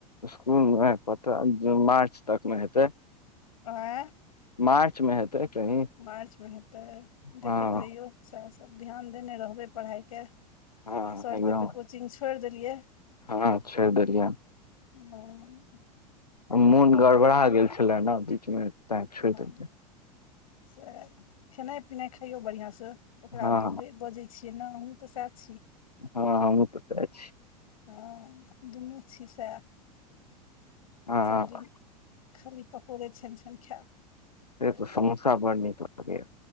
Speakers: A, on the left (about 80°); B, on the left (about 60°).
A: स्कूल मे पता जे मार्च तक मे हेतै
B: आँ
A: मार्च मे हेतै कहीं
B: मार्च मे हेतै देखैत
A: हँ
B: रहियौ सएहसभ ध्यान देने रहबै पढ़ाई के
A: हँ
B: सर
A: एकदम
B: केँ तऽ कोचिंग छोयर देलियै
A: हँ छोड़ि देलियै
B: ह
A: मोन गड़बड़ा गेल छले ने बीच मे तै
B: हँ
A: छोड़ देलिऐ
B: से खेनाइ पिनाइ खइयौ बढ़िआँसँ ओकरा
A: हँ
B: बु बजै छियै ने हमूँ तऽ सह छी
A: हँ हँ मु पुस अ छी
B: हँ दुनू छी सए
A: हँ
B: सभदिन खाली पकोड़े छन छन खायत
A: से तऽ समोसा बड़ नीक लागयै